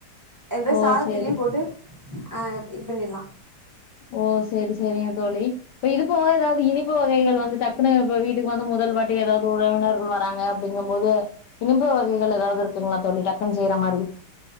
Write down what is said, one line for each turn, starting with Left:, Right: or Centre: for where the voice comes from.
Right: எந்த
Left: ஓ
Right: சாதத்திலியு
Left: சேரி
Right: போட்டு அ இது பண்ணிற்லா
Left: ஓ சேரி சேரிங்க தோழி இப்ப இது போக ஏதாவ்து இனிப்பு வகைகள் வந்து டக்குனு இப்ப வீட்டுக்கு வந்து முதல் வாட்டி ஏதாவது உறவினர்கள் வராங்க அப்டிங்கபோது இனிப்பு வகைகள் ஏதாவ்து இருக் திங்ளா தோழி டக்னு செய்ற மாறி